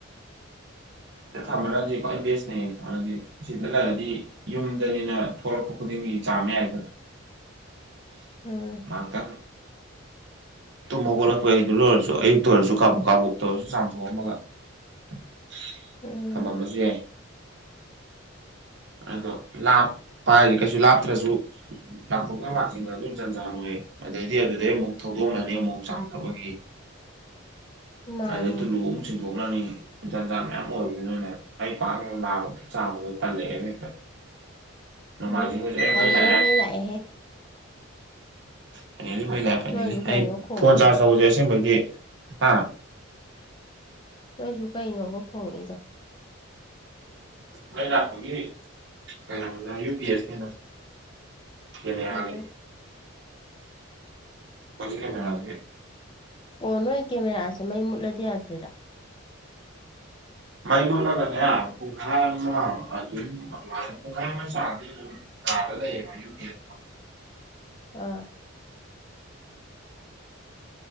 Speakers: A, on the right; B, on the left.
A: ꯊꯝꯕꯅꯗꯤ ꯈ꯭ꯋꯥꯏ ꯕꯦꯁꯅꯦ <unintelligible> ꯁꯤ ꯂꯩꯔꯗꯤ ꯌꯨꯝꯗꯅꯤꯅ ꯊꯣꯛꯔꯛꯄ ꯈꯨꯗꯤꯡꯒꯤ ꯆꯥꯝꯃ ꯌꯥꯏꯗꯅ <unintelligible>
B: ꯎꯝ
A: ꯉꯥꯛꯇꯪ ꯇꯨꯝ ꯍꯧꯒꯠꯂꯛꯄꯩꯗꯨꯗ ꯑꯣꯏꯔꯁꯨ ꯑꯌꯨꯛꯇ ꯑꯣꯏꯔꯁꯨ ꯀꯥꯕꯣꯛ ꯀꯥꯕꯣꯛꯇ ꯑꯣꯏꯔꯁꯨ ꯆꯥꯝꯊꯣꯛꯑꯝꯃꯒ <unintelligible>
B: ꯎꯝ
A: ꯊꯝꯃꯝꯃꯁꯨ ꯌꯥꯏ ꯑꯗꯣ ꯂꯥꯞꯄ ꯍꯥꯏꯖꯦ ꯀꯩꯁꯨ ꯂꯥꯞꯇ꯭ꯔꯁꯨ <unintelligible> ꯖꯟꯖꯥꯟ ꯑꯣꯏ ꯑꯗꯩꯗꯤ ꯑꯗꯨꯗꯩ ꯑꯃꯨꯛ ꯊꯧꯗꯣꯛꯅꯅꯤ ꯑꯃꯛ ꯆꯥꯝꯅꯕꯒꯤ
B: ꯃꯥꯅꯤ
A: ꯑꯗꯩ ꯇꯨꯂꯨ ꯑꯃꯨ ꯆꯤꯟꯊꯣꯛꯅꯅꯤ ꯖꯟꯖꯥꯟ ꯃꯌꯥꯝ ꯑꯣꯏꯕꯗꯨꯅꯅꯦ ꯑꯩ <unintelligible> ꯆꯥꯝꯕꯗꯣ ꯇꯜꯂꯛꯑꯦꯕ ꯍꯦꯛꯇ ꯅꯣꯡꯃꯥꯏꯖꯤꯛ
B: ꯎꯝ
A: ꯒꯁꯦ ꯑꯦ
B: ꯐꯥꯏꯅꯦꯜꯂꯤ
A: ꯃꯩ ꯂꯥꯛꯑꯦ
B: ꯂꯥꯛꯑꯦꯍꯦ
A: ꯐꯥꯏꯅꯦꯜꯂꯤ ꯃꯩ ꯂꯥꯛꯑꯦ ꯐꯥꯏꯅꯦꯜꯂꯤ
B: ꯅꯣꯏꯁꯨ ꯀꯩꯅꯣ
A: ꯑꯩ
B: ꯈꯣꯡꯉꯛꯏꯗꯣ
A: ꯐꯣꯟ ꯆꯥꯔꯖ ꯇꯧꯕꯁꯦ ꯑꯁꯦꯡꯕꯗꯤ ꯍꯥ
B: ꯅꯣꯏꯖꯨ ꯀꯩꯅꯣ ꯑꯃ ꯈꯣꯡꯉꯛꯏꯗꯣ
A: ꯃꯩ ꯂꯥꯛꯄꯒꯤ ꯀꯩꯅꯣꯅꯤꯗ ꯌꯨ ꯄꯤ ꯑꯦꯁꯅꯤꯗ ꯀꯦꯃꯦꯔꯥ
B: ꯑꯣ
A: ꯒꯤ <unintelligible>
B: ꯑꯣ ꯅꯣꯏ ꯀꯦꯃꯦꯔꯥꯁꯦ ꯃꯩ ꯃꯨꯠꯂꯗꯤ ꯌꯥꯗ꯭ꯔꯤꯔꯥ
A: ꯃꯩ ꯃꯨꯠꯂꯒꯅꯦ ꯄꯨꯡꯈꯥꯏ ꯑꯃ ꯑꯗꯨꯝ ꯑꯗꯨꯃꯥꯏ ꯄꯨꯡꯈꯥꯏ ꯑꯃ ꯆꯥꯡꯗꯤ ꯑꯗꯨꯝ ꯀꯥꯗ ꯂꯩꯌꯦꯕ ꯌꯨ ꯄꯤ ꯑꯦꯁꯇꯣ
B: ꯑꯥ